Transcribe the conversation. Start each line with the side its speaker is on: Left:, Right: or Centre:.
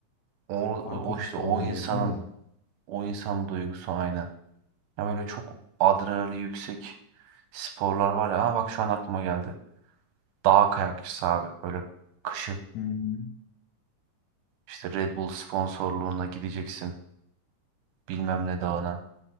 Right: O,
Left: Parkur
Right: o işte
Left: sporunu
Right: o insanın
Left: diyorsun da.
Right: o insanın duygusu aynen. Ya böyle çok adrenali yüksek sporlar var ya. Ha bak şu an aklıma geldi. Dağ kayakçısı abi böyle kışın
Left: Hı hı.
Right: işte Red Bull sponsorluğunda gideceksin bilmem ne dağına.